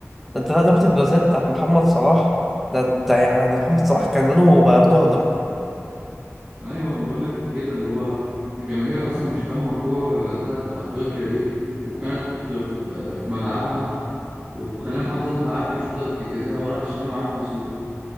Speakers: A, in the centre; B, on the right.
A: ده انت لا ضربة الجزاء بتاعت محمد صلاح ده انت يعني محمد صلاح كان لونه بقى لونه اخضر
B: ايوه انا بقول لك كده اللي هو الجماهير اصلا مش فاهمه كوره بتاعت افريقيا دي وكانت في في ملعبها وخلى محمد صلاح لا عارف يشوط ضربه الجزاء ولا عشان هو عارف يصوت